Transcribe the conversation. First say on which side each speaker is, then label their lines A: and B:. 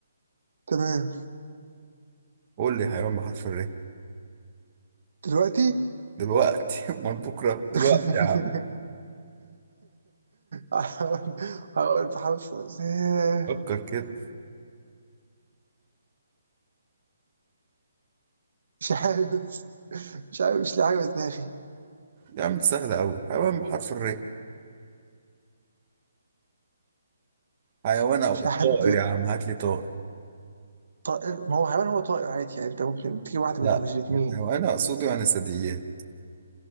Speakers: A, on the right; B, on the right.
A: تمام
B: قول لي حيوان بحرف الر
A: دلوقتي
B: دلوقتي <laughs> امال بكره دلوقتي
A: <laughs>
B: يا عم
A: هقول هقول بحرف آه،
B: فكر كده
A: مش عارف مش عارف مش لاقي حاجة في دماغي
B: يا عم دي سهله قوي حيوان بحرف الر حيوان او
A: مش عارف
B: طائر يا عم هات لي طائر
A: طائر ما هو حيوان هو طائر عادي يعني انت ممكن تجيب واحده
B: لا
A: منهم مش الاثنين
B: هو انا اقصده يعني ثدييات